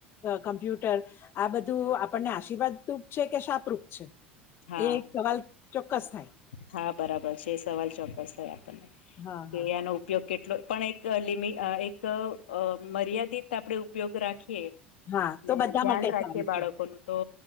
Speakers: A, on the left; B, on the left.
A: કમ્પ્યુટર આ બધું આપણને આશીર્વાદરૂપ છે કે શાપરૂપ છે
B: હા
A: એ એક સવાલ ચોક્કસ થાય
B: હા બરાબર છે એ સવાલ ચોક્કસ થાય આપણને
A: હા
B: કે
A: હા
B: આનો ઉપયોગ કેટલો પણ એક લિમિ અહ એક મર્યાદિત આપણેે ઉપયોગ રાખીએ
A: હા તો
B: ને
A: બધા
B: ધ્યાન
A: માટે
B: રાખીએ
A: સારું
B: બાળકો
A: છે
B: નું તો